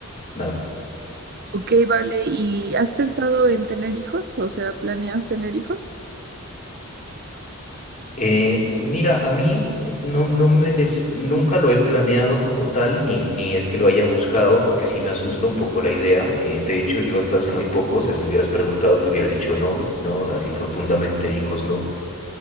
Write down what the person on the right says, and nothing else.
Ok, vale. ¿Y has pensado en tener hijos? O sea, ¿planeas tener hijos?